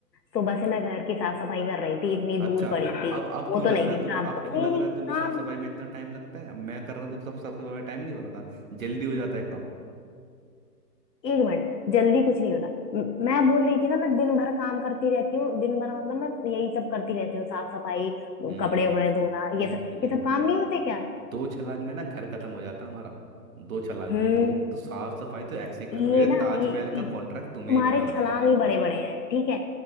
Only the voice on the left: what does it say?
सुबह से मैं घर की साफ सफाई कर रही थी इतनी
धूल पड़ी थी
वो
तो
नहीं
दिखता
आपको
मेरी
काम
एक मिनट जल्दी कुछ नहीं होता म- मैं बोल रही थी ना मैं दिन भर काम करती रहती हूँ दिन भर मतलब मैं यही सब करती रहती हूँ साफ सफाई
कपड़े वपड़े धोना
ये
सब ये
सब काम नहीं होते क्या
हम्म
ये
ना
ये, ये
तुम्हारे
छलांग
ही बड़े बड़े हैं ठीक है